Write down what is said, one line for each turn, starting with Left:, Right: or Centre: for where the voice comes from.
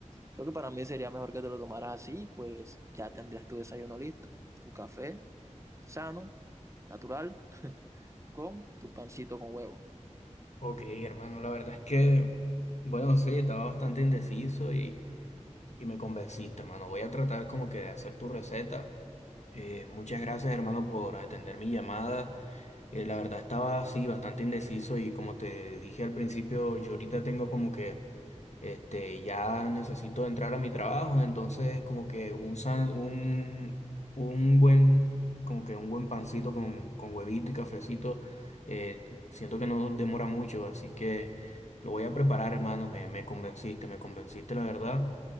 Right: creo que para mí sería mejor que te lo tomaras así, pues ya tendrías tu desayuno listo, tu café sano, natural, con tu pancito con huevo.
Left: Ok, hermano, la verdad es que, bueno, sí, estaba bastante indeciso y... Y me convenciste, hermano. Voy a tratar como que de hacer tu receta. Eh, muchas gracias, hermano, por atender mi llamada. Eh, la verdad estaba así bastante indeciso y como te dije al principio, yo ahorita tengo como que este, ya necesito entrar a mi trabajo, entonces como que un, san- un, un buen, como que un buen pancito con, con huevito y cafecito, eh, siento que no demora mucho, así que lo voy a preparar, hermano, me, me convenciste, me convenciste, la verdad.